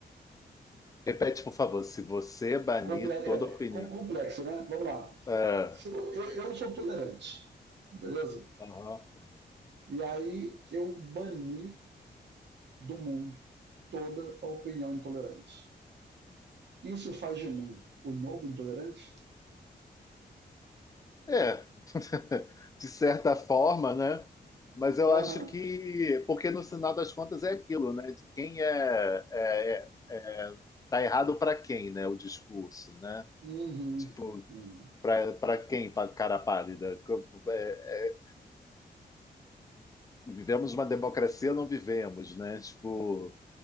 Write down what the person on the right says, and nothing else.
Complexa,
complexo, né? Vamos lá.
Se eu, eu, eu sou tolerante, beleza?
E aí eu bani do mundo toda a opinião intolerante Isso faz de mim o novo intolerante?
Aham.
Uhum.
Uhum.